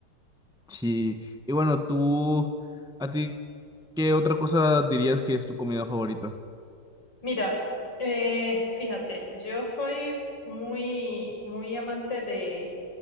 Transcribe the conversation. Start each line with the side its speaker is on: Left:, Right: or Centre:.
Centre: Sí, y bueno, tú, ¿a ti qué otra cosa dirías que es tu comida favorita?
Left: Mira, eh, fíjate, yo soy muy, muy amante de,